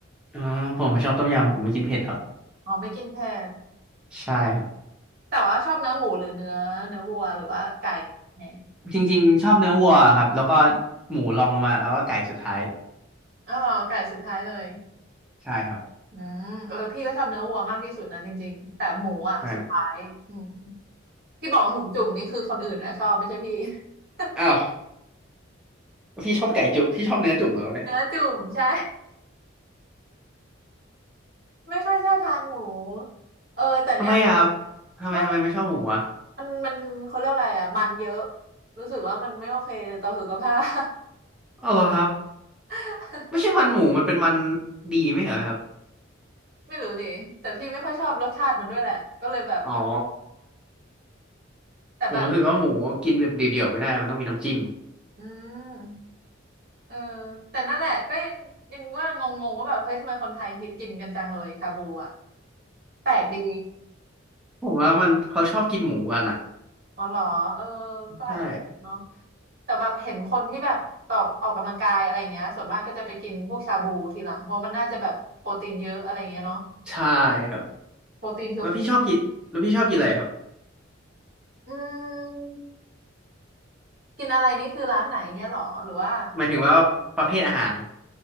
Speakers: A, in the centre; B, on the right.
A: อ่าผมไม่ชอบต้มยำผมไม่กินเผ็ดครับ
B: อ๋อไม่กินเผ็ด
A: ใช่ครับ
B: แต่ว่าชอบเนื้อหมูหรือเนื้อเนื้อวัวหรือว่าไก่ไง
A: จริงๆชอบเนื้อวัวครับแล้วก็หมูรองลงมาแล้วก็ไก่สุดท้าย
B: อ๋อไก่สุดท้ายเลย
A: ใช่ครับ
B: อืมเออพี่ก็ชอบเนื้อวัวมากที่สุดนะจริงๆแต่หมูอ่ะสุดท้ายอืม
A: ใช่
B: ที่บอกว่าหมูจุ่มนี่คือคนอื่นนะชอบไม่ใช่พี่ <laughs>
A: อ้าวพี่ชอบไก่จุพี่ชอบเนื้อจุ่มเหรอครับเนี่ย
B: เนื้อจุ่มใช่ ไม่ค่อยชอบทานหมูเออแต่เนี้ย
A: ทำไมอะครับทำไมทำไมไม่ชอบหมูอ่ะ
B: ก็มันมันเขาเรียกอะไรอ่ะมันเยอะรู้สึกว่ามันไม่โอเคต่อสุขภาพ
A: อ๋อเหรอครับ
B: <laughs>
A: ไม่ใช่มันหมูมันเป็นมันดีไม่เหรอครับ
B: ไม่รู้ดิแต่พี่ไม่ค่อยชอบรสชาติมันด้วยแหละก็เลยแบบ
A: อ๋อ
B: แต่แบบ
A: ผมรู้สึกว่าหมูกินแบบเดี่ยวๆไม่ได้มันต้องมีน้ำจิ้ม
B: อืมเออแต่นั่นแหละก็ยังยังว่างงๆว่าแบบเฮ้ยทำไมคนไทยฮิตกินกันจังเลยชาบูอ่ะแปลกดี
A: ผมว่ามันเขาชอบกินหมูกันอ่ะ
B: อ๋อเหรอเออก็อาจจะเนาะ
A: ใช่
B: แต่แบบเห็นคนที่แบบออกออกกำลังกายอะไรเงี้ยส่วนมากก็จะไปกินพวกชาบูทีหลังเพราะมันน่าจะแบบโปรตีนเยอะอะไรเงี้ยเนาะ
A: ใช่ครับ
B: โปรตีนเพียว
A: แล้วพี่ชอบกินแล้วพี่ชอบกินอะไรครับ
B: ๆอืมกินอะไรนี่คือร้านไหนเงี้ยเหรอหรือว่า
A: หมายถึงว่าประเภทอาหาร